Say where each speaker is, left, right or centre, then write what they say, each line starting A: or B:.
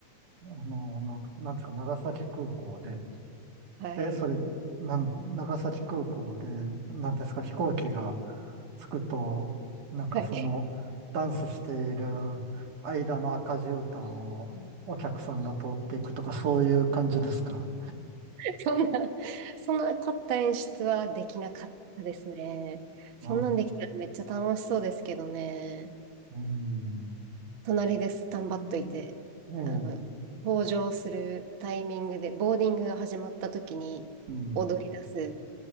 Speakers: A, on the right (about 80°); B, on the right (about 55°).
A: あの、な、なんですか、長崎空港で、
B: はい。
A: え、それ、なん、長崎空港で、なんですか、飛行機が着くと、なんかその、
B: はい。
A: ダンスしている間の赤絨毯をお客さんが通っていくとか、そういう感じですか。
B: <laughs> そんな、そんな凝った演出はできなかったですね。そんなんできたらめっちゃ楽しそうですけどね。
A: はい。うん。
B: 隣でスタンバっといて、
A: うんええ、
B: あの、登場するタイミングで、ボーディングが始まった時に踊り出す。
A: うん。